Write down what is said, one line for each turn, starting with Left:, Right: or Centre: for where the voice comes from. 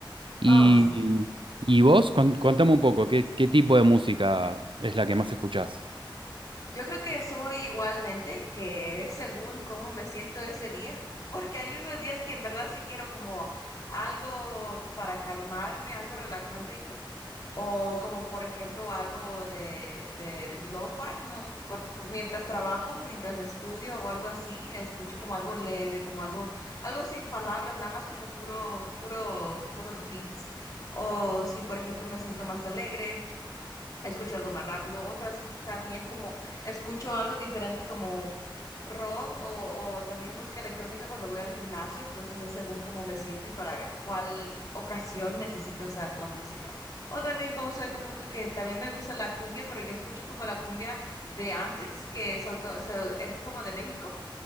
Right: ¿Y,
Left: Oh, sí.
Right: y vos? Con- contame un poco, ¿qué, qué tipo de música es la que más escuchás?
Left: Yo creo que soy igualmente, que es según cómo me siento ese día, porque hay unos días que en verdad sí quiero como algo para calmarme, algo relajante, co- o como por ejemplo algo de, de lo-fi, ¿no? Por, mientras trabajo, o mientras estudio o algo así, escucho como algo leve, como algo, algo sin palabras, nada más como puro, puro, puros beats. O si por ejemplo me siento más alegre escucho algo más rápido, otras sí también como escucho algo diferente como rock o, o también música electrónica cuando voy al gimnasio, entonces es según cómo me siento y para cuál ocasión necesito esa, la música. O también como soy como tú, que también me gusta la cumbia, pero yo escucho como la cumbia de antes, que soy, co- so- es como de México.